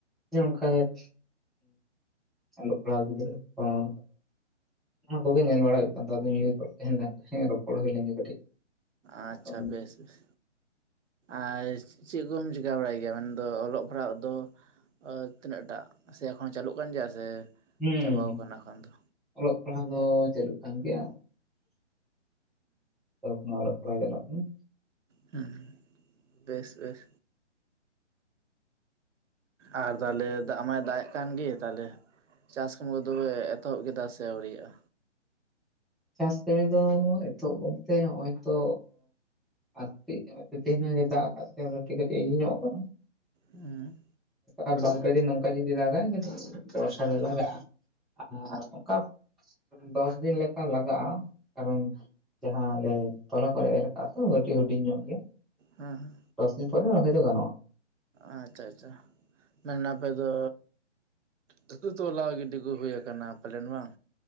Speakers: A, in the centre; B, on the right.
A: ᱡᱮ ᱱᱚᱝᱠᱟᱟᱜ ᱜᱮ ᱚᱞᱚᱜ ᱯᱟᱲᱦᱟᱜ ᱜᱤᱫᱽᱨᱟᱹ ᱠᱚᱦᱚᱸ ᱚᱱᱟ ᱠᱚᱜᱮ ᱧᱮᱞ ᱵᱟᱲᱟ ᱦᱩᱭᱩᱜ ᱠᱟᱱ ᱛᱟᱦᱮᱱ ᱧᱩᱨ ᱛᱟᱦᱮᱱ ᱦᱮᱸ ᱨᱚᱯᱚᱲ ᱦᱩᱭ ᱞᱮᱱᱜᱮ ᱠᱟᱹᱴᱤᱡ
B: ᱟᱪᱪᱷᱟ
A: ᱟᱫᱚ
B: ᱵᱮᱥ ᱵᱮᱥ ᱟᱨ ᱪᱮᱫ ᱠᱚᱢ ᱪᱤᱠᱟᱹ ᱵᱟᱲᱟᱭ ᱜᱮᱭᱟ ᱢᱮᱱᱫᱚ ᱚᱞᱚᱜ ᱯᱟᱲᱦᱟᱜ ᱫᱚ ᱛᱤᱱᱟᱹᱜᱴᱟᱜ ᱥᱮ ᱮᱠᱷᱚᱱ ᱦᱚᱸ ᱪᱟᱹᱞᱩᱜ ᱠᱟᱱ ᱜᱮᱭᱟ ᱥᱮ
A: ᱦᱩᱸ
B: ᱪᱟᱵᱟᱣ ᱠᱟᱱᱟ ᱮᱠᱷᱚᱱ ᱫᱚ
A: ᱚᱞᱚᱜ ᱯᱟᱲᱦᱟᱣ ᱫᱚ ᱪᱞᱩᱜ ᱠᱟᱱ ᱜᱮᱭᱟ ᱛ ᱚᱲᱚᱜ ᱯᱟᱲᱦᱟᱭ ᱪᱟᱞᱟᱜ ᱠᱟᱱᱟ
B: ᱦᱩᱸ ᱵᱮᱥ ᱵᱮᱥ ᱟᱨ ᱛᱟᱦᱚᱞᱮ ᱫᱟᱜ ᱢᱟᱭ ᱫᱟᱜ ᱮᱫ ᱠᱟᱱᱜᱮ ᱛᱟᱦᱞᱮ ᱪᱟᱥ ᱠᱟᱹᱢᱤ ᱠᱚᱫᱚᱯᱮ ᱮᱛᱚᱦᱚᱵ ᱠᱮᱫᱟ ᱥᱮ ᱟᱹᱣᱨᱟᱜ-ᱟ
A: ᱪᱟᱥ ᱠᱟᱹᱨᱤ ᱫᱚ ᱮᱛᱚᱦᱚᱵ ᱵᱚᱞᱛᱮ ᱱᱚᱦᱚᱭ ᱛᱚ ᱟᱨ ᱛᱮᱦᱮ ᱫᱟᱜ ᱟᱠᱟᱫ ᱛᱮ ᱠᱟᱹᱴᱤᱡ ᱠᱟᱹᱴᱤᱡ ᱤᱭᱟᱧᱚᱜ ᱠᱟᱱᱟ
B: ᱦᱩᱸ
A: ᱟᱨ ᱵᱟᱨ ᱠᱚ ᱫᱤᱱ ᱚᱱᱠᱟ ᱡᱩᱫᱤ ᱫᱟᱜᱟᱭ ᱡᱚᱨᱥᱚᱨ ᱨᱮ ᱞᱟᱜᱟᱜ-ᱟ ᱟᱨ ᱚᱱᱠᱟ ᱫᱚᱥ ᱫᱤᱱ ᱞᱮᱠᱟ ᱞᱟᱜᱟᱜ-ᱟ ᱠᱟᱨᱚᱱ ᱡᱟᱦᱟᱸ ᱟᱞᱮ ᱛᱚᱞᱟ ᱠᱚ ᱮᱨᱚᱜᱼᱟ ᱛᱚ ᱠᱟᱹᱴᱤᱡ ᱦᱩᱰᱤᱧ ᱧᱚᱜ ᱜᱮᱭᱟ
B: ᱦᱮᱸ ᱦᱮᱸ
A: ᱫᱚᱥ ᱫᱤᱱ ᱯᱚᱨᱮ ᱨᱚᱦᱚᱭ ᱫᱚ ᱜᱟᱱᱚᱜ-ᱟ
B: ᱟᱪᱪᱷᱟ ᱟᱪᱪᱷᱟ ᱢᱮᱱ ᱟᱯᱮ ᱫᱚ ᱛᱟᱹᱠᱩ ᱛᱚᱞᱟ ᱜᱤᱰᱤ ᱠᱚ ᱦᱩᱭᱩ ᱟᱠᱟᱱᱟ ᱯᱟᱞᱮᱱ ᱵᱟᱝ